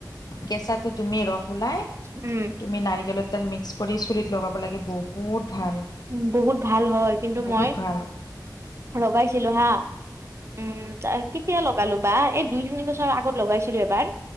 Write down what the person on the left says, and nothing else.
কেঁচাটো তুমি ৰস ওলাই
তুমি নাৰিকলৰ তেল মিক্স কৰি চুলিত লগাব লাগে বহুত ভাল
বহুত
ভাল